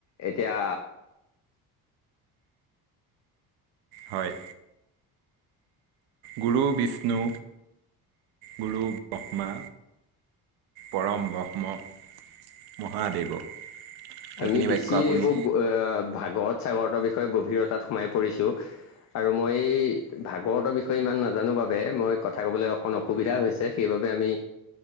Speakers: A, on the left; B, on the right.
A: এতিয়া।
B: হয়। গুৰু বিষ্ণু, গুৰু ব্ৰহ্মা। পৰম ব্ৰহ্ম, মহাদেৱ।
A: আমি
B: এইখিনি
A: বেছি
B: বাক্য আপুনি
A: এইবোৰ ভাগৰত চাগৰতৰ বিষয়ে গভীৰত তাত সোমাই পৰিছোঁ, আৰু মই এই ভাগৱতৰ বিষয়ে ইমান নাজানো বাবে মই কথা ক'বলৈ অকণ অসুবিধা হৈছে সেইবাবে আমি,